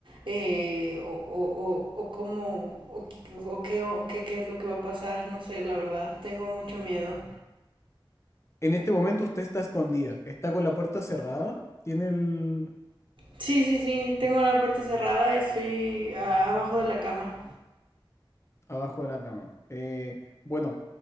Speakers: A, on the right (about 65°); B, on the left (about 30°).
A: eh, o, o, o, o cómo o, o qué, o qué qué es lo que va a pasar, no sé, la verdad, tengo mucho miedo.
B: En este momento usted está escondida, está con la puerta cerrada, tiene el,
A: Sí, sí, sí, tengo la puerta cerrada, estoy a- abajo de la cama.
B: Abajo de la cama. Eh, bueno,